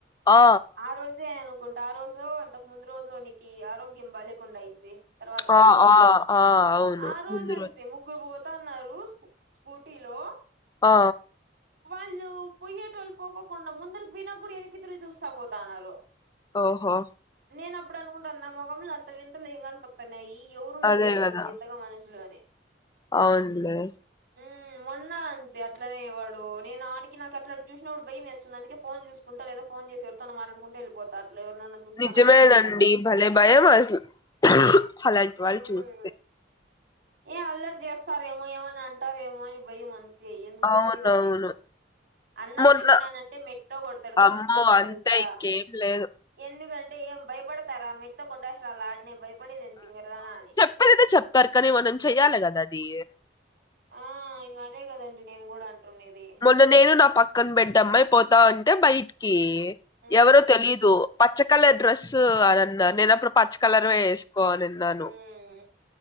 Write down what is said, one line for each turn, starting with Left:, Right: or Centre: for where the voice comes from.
Left: ఆ
Right: ఆరోజే అను కుంట ఆరోజు అంతకు ముందు రోజు నీకి ఆరోగ్యం బాలెకుండా అయింది తర్వాత రోజు
Left: ఆ ఆ ఆ ఆ అవును
Right: ఆరోజు
Left: ముందు
Right: అంతే
Left: రోజు
Right: ము గ్గురు పోతన్నారు స్కూ స్కూటీలో
Left: ఆ
Right: వాళ్ళు పొయ్యేటోళ్ళు పోకోకుండా ముందరికి పొయినక కూడా ఎనకి తిరిగి చూస్తా పోతన్నారు
Left: ఓహో
Right: నేను అప్పుడు అనుకుంటాను నా ముఖంలో అంత వింతలేం కని పిత్తున్నాయి ఎవరు ఉన్నారు
Left: అదే
Right: ఈడ ఇంగ
Left: కదా
Right: అంత వింతగా మనుషులు అని
Left: అవునులే
Right: ఉమ్మ్ మొన్న అంతే అట్లానే వాడు నేను ఆనికి నాకు అట్లట్లా చూసినపుడు భయమేస్తుంది అందుకే ఫోన్ చూసు కుంటా లేదా ఫోన్ చేసి ఎవరితో అన్న మాట్లాడుకుంటూ ఎళ్ళిపోతా అట్ల ఎవరినన్నా చూస్తాన్నారంటే
Left: నిజమేనండి
Right: నాకల్లా
Left: భలే భయం అసలు అలాంటి వాళ్ళు
Right: మ్మ్
Left: చూస్తే
Right: ఏ అల్లరి చేస్తారు ఏమో ఏమన్న అంటారేమో అని భయం అం తే ఎందుకో
Left: అవునవును
Right: తెలిదు ఆ భయము అన్నకు
Left: మొన్న
Right: చెప్పినానంటే మెట్తో కొడతాడు ఖచ్చితంగా
Left: అమ్మో అంతే
Right: తెలుసా
Left: ఇంకేం లేదు
Right: ఎందుకంటే ఏం భయపడతారా మెట్తో కొట్టడాసలు అడ్నే భయపడేది ఏంది తింగరదానా
Left: చెప్పనైతే చెప్తారు కానీ మనం చెయ్యాలి కదా అది
Right: ఆ ఇంకా అదే కదండి నేను కూడా అంటుండేది
Left: మొన్న నేను నా పక్కన బెడ్ అమ్మయి పోతాంటే బయటికి
Right: హ్మ్.
Left: ఎవరో తెలీదు పచ్చ కలర్ డ్రెస్ అని అన్నా నేన అప్పుడు పచ్చ కలర్
Right: ఓకే.
Left: వేసుకోనిన్నాను
Right: హ్మ్.